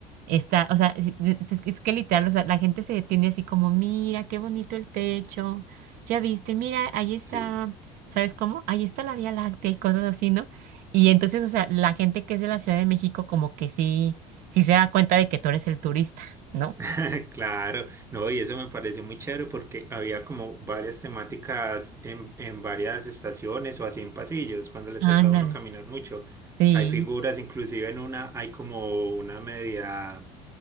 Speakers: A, on the right; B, on the right.
A: está, o sea, es, es- es que literal, o sea, la gente se detiene así como, mira, qué bonito el techo, ya viste, mira, ahí está,
B: sí.
A: ¿sabes cómo? Ahí está la Vía Láctea y cosas así, ¿no? Y entonces, o sea, la gente que es de la Ciudad de México como que sí, sí se da cuenta de que tú eres el turista, ¿no?
B: <laughs> Claro, no, y eso me parece muy chévere porque había como varias temáticas en, en varias estaciones o así en pasillos, cuando le
A: Ándale,
B: tocaba a uno caminar mucho.
A: sí,
B: Hay figuras, inclusive en una hay como una media